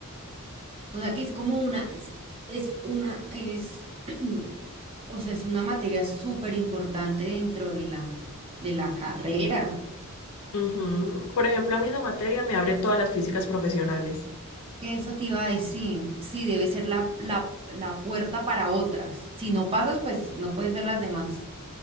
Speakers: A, on the right (about 25°); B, on the left (about 70°).
A: O sea que es como una, es es una, es, <clears throat> o sea, es una materia súper importante dentro de la, de la carrera.
B: Ujú. Por ejemplo, a mí esa materia me abre todas las físicas profesionales.
A: Eso te iba a decir, sí, debe ser la, la, la puerta para otras. Si no pasas, pues no puedes ver las demás.